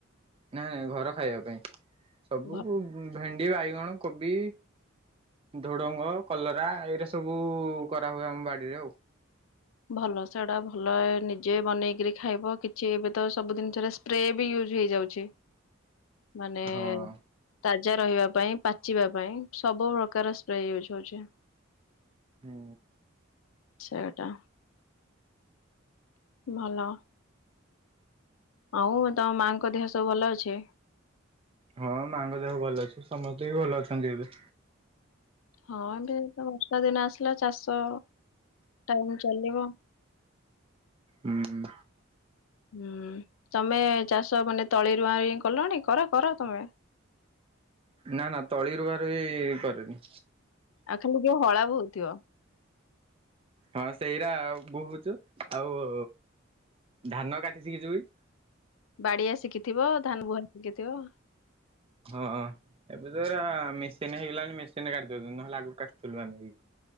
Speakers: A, on the right; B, on the left.
A: ନାଇ ନାଇଁ ଘର ଖାଇବା ପାଇଁ ସବୁ
B: ଭଲ
A: ଭେଣ୍ଡି ବାଇଗଣ କୋବି ଝୁଡଙ୍ଗ କଲରା ଏଇରା ସବୁ କରାହୁଏ ଆମ ବାଡିରେ ଆଉ।
B: ଭଲ ସେଟା ଭଲ ନିଜେ ବନେଇକରି ଖାଇବ କିଛି ଏବେ ତ ସବୁ ଜିନିଷରେ ସ୍ପ୍ରେ ବି ହେଇଯାଉଛି ମାନେ
A: ହଁ।
B: ତା ଜା ରହିବା ପାଇଁ ପାଚିବା ପାଇଁ ସବୁ ପ୍ରକାର ସ୍ପ୍ରେ ୟୁଜ ହଉଛି।
A: ହୁଁ
B: ସେଟା ଭଲ। ଆଉ ତମ ମାଙ୍କ ଦେହ ସବୁ ଭଲ ଅଛି?
A: ହଁ ମାଙ୍କ ଦେହ ଭଲ ଅଛି ସମସ୍ତେ ବି ଭଲ ଅଛନ୍ତି ଏବେ।
B: ହଁ ଏବେ ତ ବର୍ଷା ଦିନ ଆସିଲା ଚାଷ ଟାଇମ ଚାଲିବ।
A: ହୁଁ।
B: ହୁଁ ତମେ ଚାଷ ମାନେ ତଳିରୁଆ କଲଣି କର କର ତମେ। <inaudible>
A: ନା ନା ତଳି ରୁଆରୁଇ କରେନି।
B: ଆଉ ଖାଲି ଯଉ ହଳାବହୁଥିବ।
A: ହଁ ସେଇରା ବୋହୁଛୁ ଆଉ ଧାନ କାଟିସିକିି ଯି।
B: ବାଡିଆ ଶିଖିଥିବ ଧାନ ବୁହା ଶିଖିଥିବ।
A: ହଁ ଏବେ ତ ହେରା ମେସିନ ହେଇଗଲାଣି ମେସିନରେ କାଟି ଦଉଛନ୍ତି ନହେଲେ ଆଗକୁ କାଟିଥିଲୁ ଆମେ ବି।